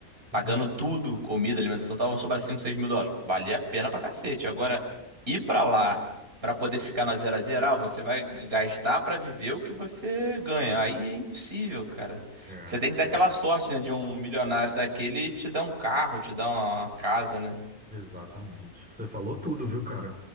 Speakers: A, on the right; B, in the centre.
A: pagando
B: Uhum.
A: tudo, comida, alimentação, estavam sobrar 5 6 mil dólares. Valia a pena pra cacete. Agora, ir pra lá pra poder ficar na zero a zero, ah, você vai g- gastar pra viver o que você ganha. Aí é impossível, cara.
B: É,
A: Você tem que dar
B: é,
A: aquela sorte, né, de um milionário daquele te dar um carro, te dar uma casa, né?
B: exatamente. Você falou tudo, viu, cara?